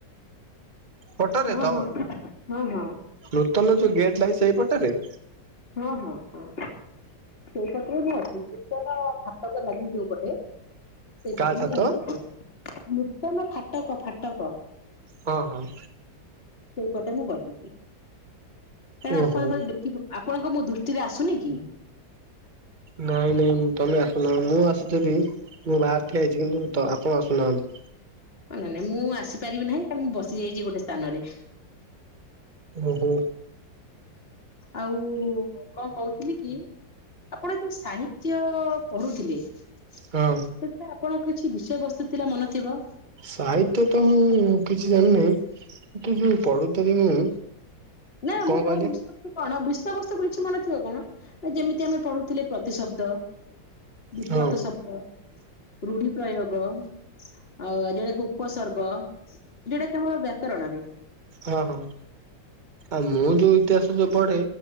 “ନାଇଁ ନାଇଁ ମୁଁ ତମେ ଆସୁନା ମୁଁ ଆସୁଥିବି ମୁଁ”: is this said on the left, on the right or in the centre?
Right